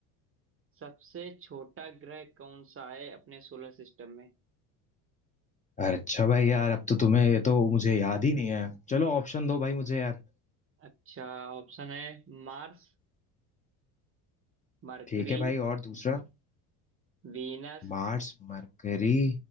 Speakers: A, on the right; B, on the left.
A: सबसे छोटा ग्रह कौन सा है अपने सोलर सिस्टम में
B: अरे अच्छा भाई यार अब तो तुम्हें ये
A: को-
B: तो मुझे याद ही नहीं है चलो ऑप्शन दो भाई मुझे यार
A: अच्छा ऑप्शन है मार्स मरकरी
B: ठीक है भाई और दूसरा
A: वीनस
B: मार्स मरकरी